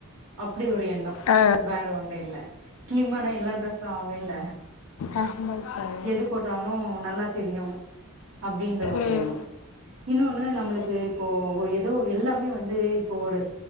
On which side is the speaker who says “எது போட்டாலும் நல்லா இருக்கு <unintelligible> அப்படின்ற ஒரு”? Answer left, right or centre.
Right